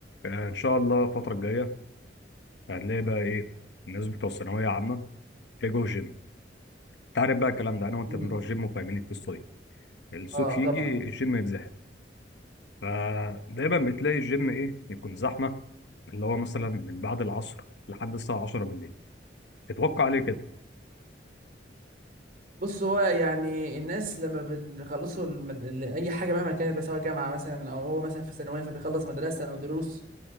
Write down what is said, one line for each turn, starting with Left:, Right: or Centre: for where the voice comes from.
Left: آه، ان شاء الله الفتره الجايه هنلاقي بقى ايه الناس بتوع الثانويه عامه بيجوا الجيم انت عارف بقى الكلام ده انا وانت
Right: مم.
Left: بنروح الجيم وفاهمين القصه دي الصيف
Right: اه
Left: يجي
Right: طبعا
Left: الجيم يتزحم فدايما بتلاقي الجيم ايه يكون زحمه اللي هو مثلا من بعد العصر لحد الساعه 10 بالليل تتوقع ليه كده
Right: بص هو يعني الناس لما بيخلصوا المد... ال- اي حاجه مهما كانت بقى سواء جامعه مثلا او هو مثلا في ثانويه فبيخلص مدرسه او دروس